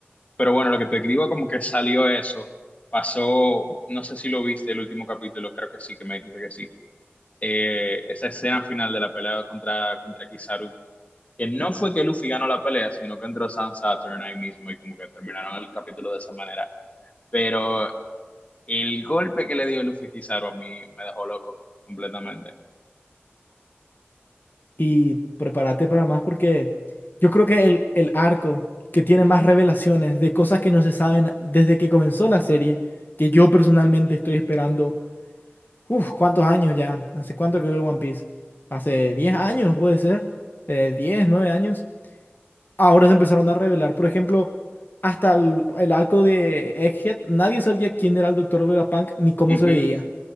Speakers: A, on the left; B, on the left.
A: pero bueno, lo que te digo como que salió eso, pasó, no sé si lo viste el último capítulo, creo que sí, que me dijiste que sí, Eh, esa escena final de la pelea contra, contra Kizaru, que no fue que Luffy ganó la pelea, sino que entró Sans Saturn ahí mismo y como que terminaron el capítulo de esa manera. Pero el golpe que le dio Luffy a Kizaru a mí me dejó loco completamente.
B: y prepárate para más porque yo creo que el, el arco que tiene más revelaciones de cosas que no se saben desde que comenzó la serie, que yo personalmente estoy esperando, uff, ¿cuántos años ya? ¿Hace cuánto que veo One Piece? Hace 10 años puede ser, eh, 10, 9 años. Ahora se empezaron a revelar, por ejemplo, hasta el, el arco de Egghead, nadie sabía quién era el Doctor Vegapunk ni cómo
A: Ujú,
B: se veía,